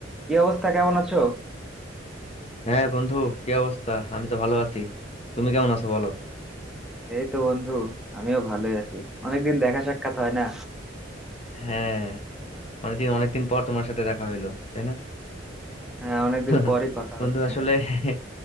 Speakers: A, in the centre; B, on the left.
A: কি অবস্থা কেমন আছো
B: হ্যাঁ বন্ধু কি অবস্থা আমি তো ভালো আছি তুমি কেমন আছো বলো
A: এই তো বন্ধু আমিও ভালোই আছি অনেকদিন দেখা সাক্ষাৎ হয় না
B: হ্যাঁ অনেকদিন অনেকদিন পর তোমার সাথে দেখা হইলো তাই না
A: হ্যাঁ অনেকদিন
B: <laughs>
A: পরই কথা
B: বন্ধু
A: হচ্ছে
B: আসলে <laughs>